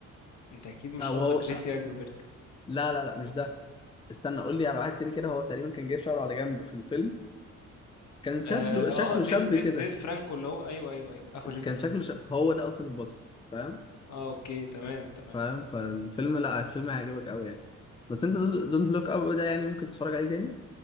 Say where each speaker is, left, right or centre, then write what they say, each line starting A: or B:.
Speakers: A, on the left (about 65°); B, on the left (about 15°).
A: انت اكيد مش
B: اه وهو
A: قصدك جيسي
B: آه،
A: ايزنبرج
B: لا لا لا مش ده استنى قول لي على واحد تاني كده هو تقريبا كان جايب شعره على جنب في الفيلم كان شكله
A: اه
B: شكله
A: آه، ديفيد
B: شاب
A: ديف
B: كده
A: ديف فرانكو اللي هو ايوه ايوه ايوه اخو جيمس
B: كان
A: فرانكو
B: شكله شاب هو ده اصلا البطل فاهم
A: اه اوكي تمام تمام
B: فاهم فالفيلم لا الفيلم هيعجبك قوي يعني بس انت دونت لوك اب ده يعني ممكن تتفرج عليه تاني